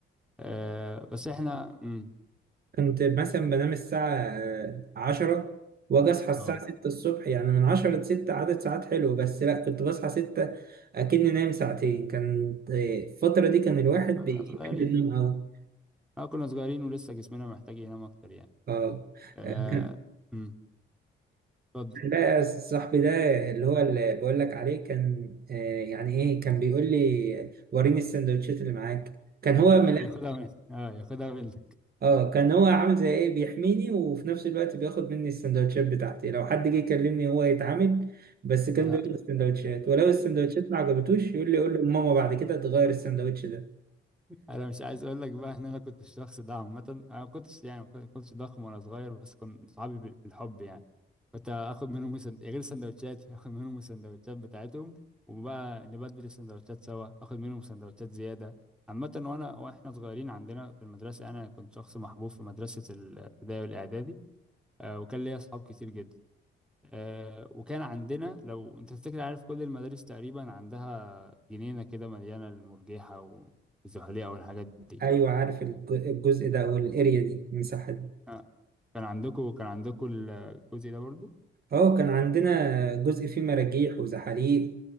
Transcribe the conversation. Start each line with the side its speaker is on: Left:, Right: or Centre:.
Centre: أه بس احنا امم
Right: كنت مثلا بنام الساعة آه، عشرة وأجي أصحى الساعة
Centre: اه
Right: ستة الصبح يعني من عشرة لستة عدد ساعات حلو بس لأ كنت بصحى ستة أكني نايم ساعتين كانت الفترة دي كان الواحد
Centre: كنا
Right: بيحب
Centre: صغيرين
Right: النوم أوي
Centre: اه كنا صغيرين ولسه جسمنا محتاج ينام اكتر يعني
Right: اه
Centre: آه،
Right: آه، كان
Centre: أمم، اتفضل
Right: كان بقى صاحبي ده اللي هو اللي بقول لك عليه كان آه، يعني ايه كان بيقول لي وريني السندوتشات اللي معاك كان هو من
Centre: آه،
Right: الآخر
Centre: ياخدها من اه ياخدها منك
Right: اه كان هو عامل زي ايه بيحميني وفي نفس الوقت بياخد مني السندوتشات بتاعتي لو حد جه يكلمني هو يتعامل بس كان
Centre: انا
Right: بياخد السندوتشات ولو السندوتشات ما عجبتوش يقول لي قول له لماما بعد كده تغير السندوتش ده
Centre: انا مش عايز اقول لك بقى ان انا كنت الشخص ده عامه انا ما كنتش يعني ما كنتش ضخم وانا صغير بس كنت صحابي بال- بالحب يعني كنت اخد منهم سن... غير سندوتشاتي اخد منهم السندوتشات بتاعتهم وبقى نبدل السندوتشات سوا اخد منهم سندوتشات زياده عامه وانا واحنا صغيرين عندنا في المدرسه انا كنت شخص محبوب في مدرسه الابتدائي والاعدادي آه، وكان ليا اصحاب كتير جدا آه، وكان عندنا لو انت تفتكر عارف كل المدارس تقريبا عندها جنينة كده مليانة المرجيحة والزحليقة والحاجات دي
Right: ايوه عارف الج- الجزء ده او الاريا دي المساحه دي
Centre: آه، كان عندكم كان عندكم الجزء ده برضو
Right: اه كان عندنا جزء فيه مراجيح وزحاليق